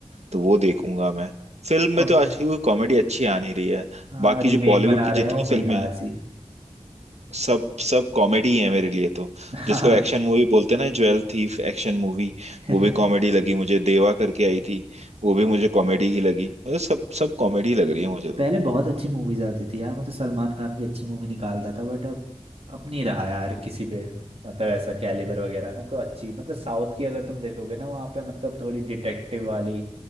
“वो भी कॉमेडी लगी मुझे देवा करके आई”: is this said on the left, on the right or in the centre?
Right